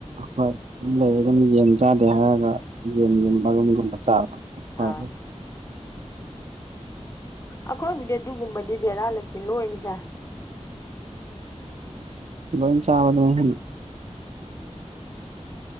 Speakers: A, on the right; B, on the left.
A: ꯍꯣꯏ ꯑꯗꯨ ꯂꯩ ꯑꯗꯨꯝ ꯌꯦꯟ ꯆꯥꯗꯦ ꯍꯥꯏꯔꯒ ꯌꯦꯟꯒꯤ ꯃꯔꯨꯝꯒꯨꯝꯕ ꯆꯥꯕ ꯍꯣꯏ
B: ꯑꯥ ꯑꯩꯈꯣꯏꯕꯨꯗꯤ ꯑꯗꯨꯒꯨꯝꯕꯗꯤ ꯕꯦꯔꯥꯜꯂꯛꯇꯦ ꯂꯣꯏꯅꯁꯥꯏ
A: ꯂꯣꯏꯍꯤ ꯆꯕ ꯍꯥꯏ